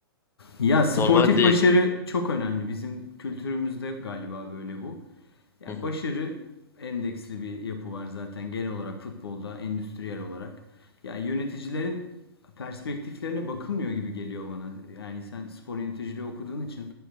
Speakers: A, on the left; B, on the left.
A: Ya sportif
B: normal değil.
A: başarı çok önemli. Bizim kültürümüzde galiba böyle bu. Ya
B: Hı hı,
A: başarı endeksli bir yapı var zaten genel olarak futbolda, endüstriyel olarak. Ya yöneticilerin perspektiflerine bakılmıyor gibi geliyor bana. Yani sen spor yöneticiliği okuduğun için